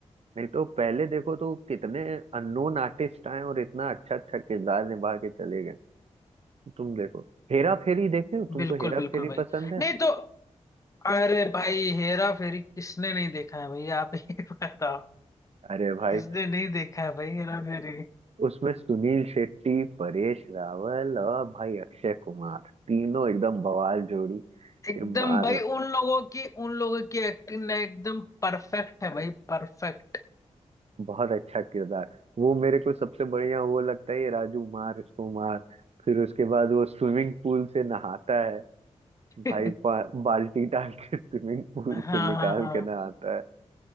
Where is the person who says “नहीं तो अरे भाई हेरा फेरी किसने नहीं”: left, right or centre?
Left